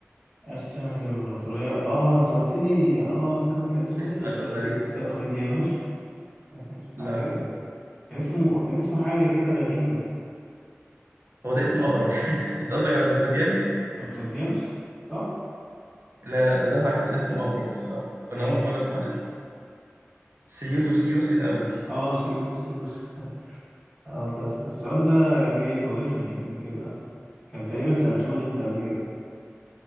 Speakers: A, in the centre; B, on the right.
A: قسم الإمبراطورية اه انت قلت لي اه استنى كان اسمه
B: اسم
A: ايه دقلدي...
B: غريب
A: دقلديانوس
B: بصراحة
A: ولا كان اسمه
B: لا
A: حاجة كده كان اسمه كان اسمه حاجة كده غريبة
B: هو ده اسمه أغرب <laughs> أنت قصدك على دقيقتيانوس؟
A: دقلديانوس صح؟
B: لا لا ده ده واحد اسمه أغرب بصراحة أنا
A: ايه
B: أول مرة أسمع الاسم سيودوسيوس الأول
A: اه سيودس سيودس <laughs> اه انت الس- السؤال ده جه صادفني قبل كده كان تقريبا سألته لي انت قبل كده